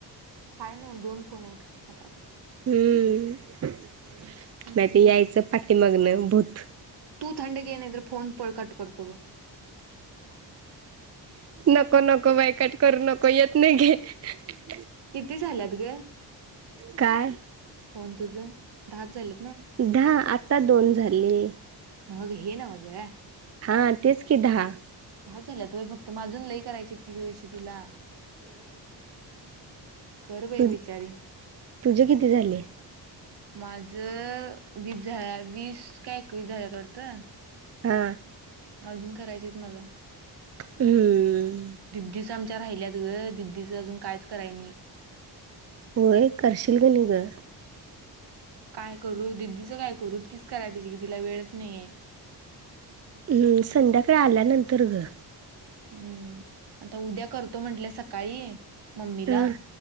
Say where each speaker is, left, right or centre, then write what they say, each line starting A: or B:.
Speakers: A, on the right; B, on the right.
A: हाय नव्हं दोन फोन आहेत हातात,
B: हम्म
A: हम्म.
B: माहिती यायचं पाठीमागन भूत
A: तू थंड घे नाही तर फोन पळ कट करतो बघ
B: नको नको बाई कट करू नको येत नाही घे ह्
A: किती झाल्यात गं
B: काय
A: फोन तुझं दहाच झालं?
B: दहा आत्ता दोन झाले
A: नव्हं हे नव्हं गं
B: हा तेच कि दहा
A: दहा झालंत व्हंय फक्त म अजून लई करायचे आहेत कि विषू तुला कर बाई
B: तू
A: बिचारी
B: तुझे किती झाले?
A: माझ वीस झा वीस का एकवीस झाल्या वाटते
B: हा
A: अजून करायचेत मला
B: हम्म
A: दिद्दीच आमच्या राहिल्यात ग दिद्दीच अजून कायच कराय नाही
B: होय कर्शील घ नि ग
A: काय करू दीदीचा काय करूचं काय करूकीच कराय पाहिजे की तिला वेळच नाहीये
B: हम्म संध्याकाळी आल्यानंतर ग
A: हम्म आता उद्या करतो म्हंटल्या सकाळी मम्मीला
B: हा